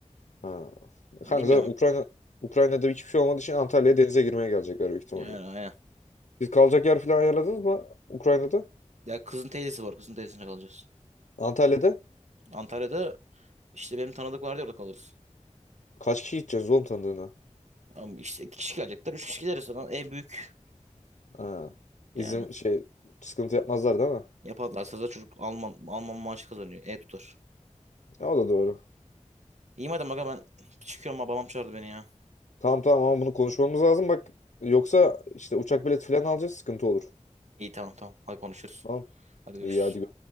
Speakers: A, on the left; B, on the right.
A: Ha.
B: Ya
A: Kanka
B: bilmiyorum.
A: zaten Ukrayna Ukrayna'da hiçbir şey olmadığı için Antalya'ya denize girmeye gelecekler büyük ihtimalle.
B: Yani aynen.
A: Siz kalacak yer falan ayarladınız mı Ukrayna'da?
B: Ya kızın teyzesi var. Kızın teyzesine kalacağız.
A: Antalya'da?
B: Antalya'da işte benim tanıdık vardı orada kalırız.
A: Kaç kişi gideceğiz oğlum tanıdığına?
B: Ama işte iki kişi gelecekler. Üç kişi gideriz zaten. E büyük.
A: Ha.
B: Yani.
A: İzin şey sıkıntı yapmazlar değil mi?
B: Yaparlarsa da çocuk Alman, Alman maaşı kazanıyor. E tutar.
A: Ya, o da doğru.
B: İyi madem aga ben çıkıyorum. Babam çağırdı beni ya.
A: Tamam tamam ama bunu konuşmamız lazım bak. Yoksa işte uçak bileti falan alacağız sıkıntı olur.
B: İyi tamam tamam. Hadi konuşuruz.
A: Tamam.
B: Hadi görüşürüz.
A: İyi hadi